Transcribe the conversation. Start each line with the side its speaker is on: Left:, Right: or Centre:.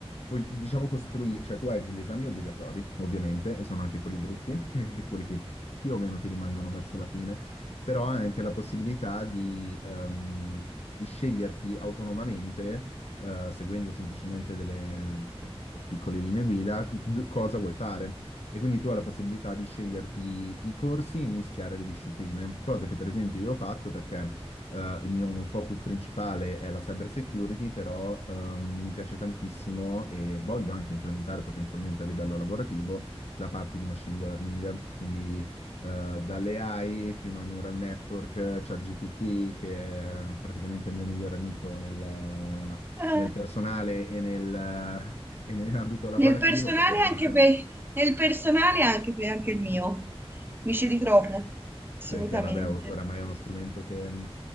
Left: puoi, diciamo, costruire, cioè tu hai degli esami obbligatori, ovviamente, e sono anche quelli brutti, <laughs> quelli che più o meno ti rimangono verso la fine, però hai anche la possibilità di, ehm, di sceglierti autonomamente eh, seguendo semplicemente delle, delle piccole linee guida, d- cosa vuoi fare. E quindi tu hai la possibilità di sceglierti i corsi e mischiare le discipline, cosa che per esempio io ho fatto perché eh, il mio focus principale è la cyber security, però ehm, mi piace tantissimo e voglio anche implementare potenzialmente a livello lavorativo la parte di machine learning, quindi eh, dalle AI fino ai neural network, ChatGPT, che è praticamente il mio migliore amico nella-
Right: Eh,
Left: nel personale e, nel, uh, e nell'ambito lavorativo,
Right: nel personale
Left: perché praticamente
Right: anche per, nel personale anche per anche il mio. Mi ci ritrovo, assolutamente.
Left: perché vabbè, o- oramai è uno strumento che, mhmm,